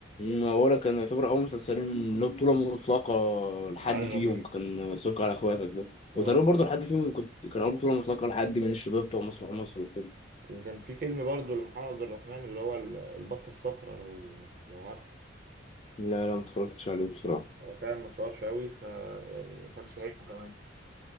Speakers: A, on the left; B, on the right.
A: ما بقولك كان يعتبر أول مسلسلين له بطولة مطلقة لحد
B: علي
A: فيهم
B: ربيع
A: كان سك على إخواتك ده وتقريبا
B: اه بالظبط
A: برضه لحد فيهم كنت كان أول بطولة مطلقة لحد من الشباب بتوع مسرح مصر وكده
B: وكان في فيلم برضو لمحمد عبد الرحمن اللي هو ال- البطة الصفراء لو لو عارفه
A: لا لا ما اتفرجتش عليه بصراحة
B: هو فعلا ما اتشهرش قوي ف يعني ما كانش حلو كمان